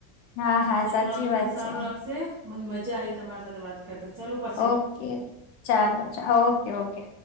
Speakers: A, on the left (about 55°); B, on the right (about 25°).
A: હા હા
B: છોકરાને
A: સાચી વાત
B: બી સારું
A: છે.
B: લાગશે, મને મજા આઈ તમારી સાથે વાત કરતા ચલો પાછા
A: ઓકે ચાલો ઓકે ઓકે.